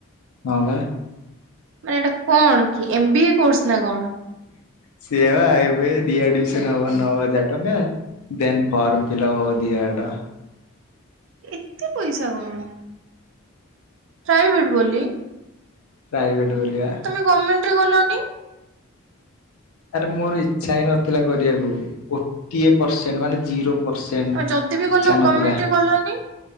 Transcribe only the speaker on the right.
ମାନେ ଏଇଟା କଣ କି ଏମ ବି ଏ କୋର୍ସ ନା କଣ?
ଏତେ ପଇସା କଣ? ପ୍ରାଇଭେଟ ବୋଲି
ତମେ ଗମେଣ୍ଟରେ ଗଲନି
ଆଉ ଯଦି ବି
ଗଲ
ଗଭର୍ଣମେଣ୍ଟରେ ଗଲନି